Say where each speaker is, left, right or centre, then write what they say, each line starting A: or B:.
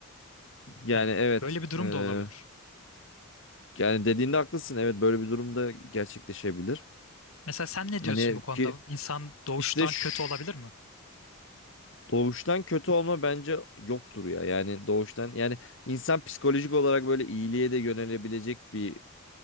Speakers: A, on the left; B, on the left.
A: Yani
B: Yani
A: evet.
B: böyle bir durum
A: eee,
B: da olabilir.
A: yani dediğinde haklısın. Evet böyle bir durumda gerçekleşebilir.
B: Mesela sen ne diyorsun
A: Hani
B: bu konuda?
A: ki
B: İnsan doğuştan
A: işte şu.
B: kötü olabilir mi?
A: Doğuştan kötü olma bence yoktur ya. Yani doğuştan yani insan psikolojik olarak böyle iyiliğe de yönelebilecek bir